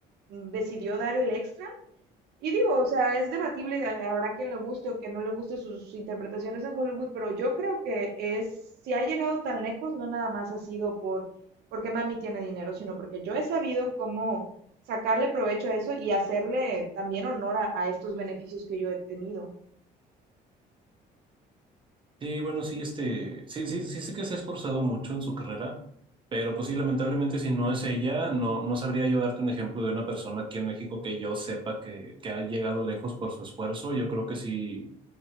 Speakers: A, on the right; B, on the right.
A: mm, decidió dar el extra y digo, o sea, es debatible, eh, habrá quien le guste o que no le guste sus interpretaciones en Hollywood, pero yo creo que es, si ha llegado tan lejos, no nada más ha sido por porque mami tiene dinero, sino porque yo he sabido cómo sacarle provecho a eso y hacerle también honor a, a estos beneficios que yo he tenido.
B: Sí, bueno, sí, este, sí, sí, sí sé que se ha esforzado mucho en su carrera, pero pues sí, lamentablemente si no es ella, no, no sabría yo darte un ejemplo de una persona aquí en México que yo sepa que, que ha llegado lejos por su esfuerzo. Yo creo que sí,